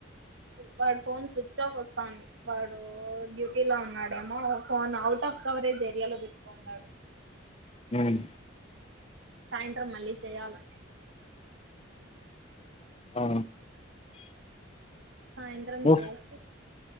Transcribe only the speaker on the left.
హమ్.
ఆ.
ఉఫ్.